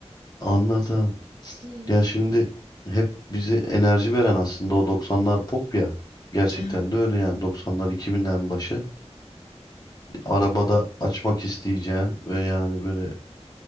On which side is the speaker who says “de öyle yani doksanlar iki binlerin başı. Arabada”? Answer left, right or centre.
Left